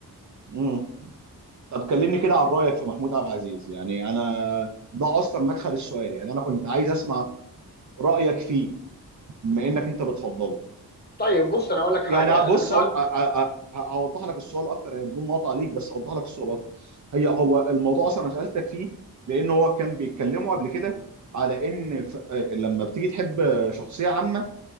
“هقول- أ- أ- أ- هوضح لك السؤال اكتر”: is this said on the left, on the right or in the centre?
Right